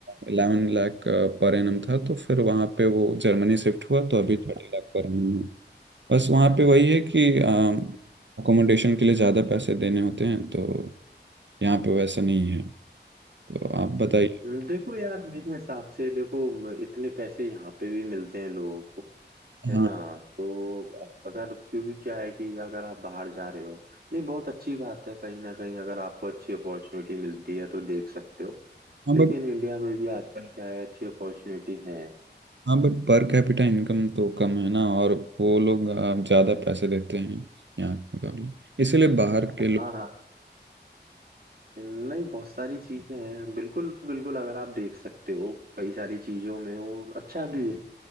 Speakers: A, on the right; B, on the right.
A: इलेवन लाख पर एनम था तो फिर वहाँ पे वो जर्मनी शिफ्ट हुआ तो अभी थर्टी लाख पर एनम है बस वहाँ पे वही है कि अकोमोडेशन के लिए ज़्यादा पैसे देने होते हैं तो यहाँ पे वैसा नहीं है तो आप बताइए
B: हम्म, देखो यार मेरे हिसाब से देखो म- इतने पैसे यहाँ पे भी मिलते हैं लोगों को है
A: हाँ
B: ना तो अगर क्योंकि क्या है कि अगर आप बाहर जा रहे हो नहीं बहुत अच्छी बात है कहीं ना कहीं अगर आपको अच्छी अपॉर्चुनिटी मिलती है तो देख सकते हो
A: हाँ
B: लेकिन इंडिया में भी आजकल क्या है अच्छी अपॉर्चुनिटी है
A: हाँ बट पर कैपिटा इनकम तो कम है ना और वो लोग आ, ज़्यादा पैसे देते हैं यहाँ के मुकाबले इसीलिए बाहर के लोग
B: हाँ हाँ नहीं बहुत सारी चीजें हैं बिल्कुल बिल्कुल अगर आप देख सकते हो कई सारी चीजों में वो अच्छा भी है